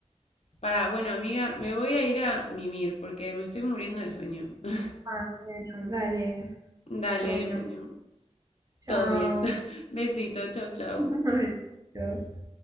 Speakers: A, on the left; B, on the right.
A: Para, bueno, amiga, me voy a ir a mimir porque me estoy muriendo de sueño. <laughs>
B: Ah, bueno, dale,
A: Dale,
B: todo bien.
A: bueno,
B: Chao.
A: todo bien. <laughs> Besito, chau, chau.
B: <laughs> Besitos.